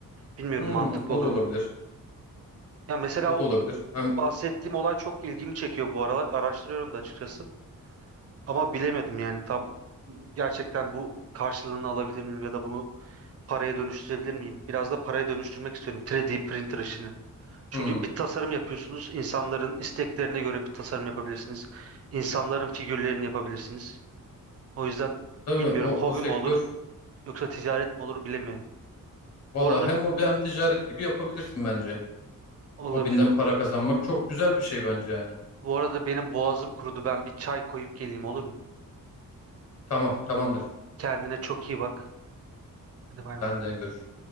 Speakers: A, on the right (about 45°); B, on the left (about 45°).
A: Bilmiyorum
B: Hmm,
A: mantıklı
B: o
A: olur
B: da olabilir.
A: mu? Ya mesela
B: O
A: o
B: da olabilir. Hem
A: bahsettiğim olay çok ilgimi çekiyor bu aralar. Araştırıyorum da açıkçası. Ama bilemedim yani tam gerçekten bu karşılığını alabilir miyim ya da bunu paraya dönüştürebilir miyim? Biraz da paraya dönüştürmek istiyorum 3D printer işini. Çünkü
B: hmm,
A: bir tasarım yapıyorsunuz. insanların isteklerine göre bir tasarım yapabilirsiniz. İnsanların figürlerini yapabilirsiniz. O yüzden
B: tabii
A: bilmiyorum
B: o,
A: hobi
B: o sektör
A: mi olur yoksa ticaret mi olur bilemiyorum.
B: Valla
A: Bu arada
B: hem hobi hem ticaret gibi yapabilirsin bence.
A: olabilir.
B: Hobinden para kazanmak çok güzel bir şey bence yani.
A: Bu arada benim boğazım kurudu. Ben bir çay koyup geleyim olur mu?
B: Tamam, tamamdır.
A: Kendine çok iyi bak. Hadi bay bay.
B: Ben de görüşürüz.